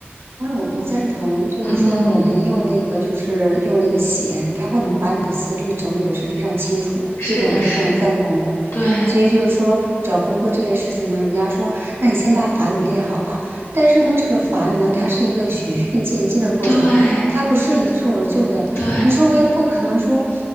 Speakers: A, on the right; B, on the left.
A: 嗯，我赞同，就是说我们用那个，
B: 嗯，
A: 就是用那个写，它会能把你的思虑整理的是非常清楚的，
B: 是的，
A: 这点我是非常赞同的。
B: 是，对，
A: 所以就是说，找工作这件事情呢，人家说，那你先把法语练好吧。但是呢，这个法语呢，它是一个循序渐进的过程，
B: 对，
A: 它不是一蹴而就的。
B: 对，
A: 你说我也不可能说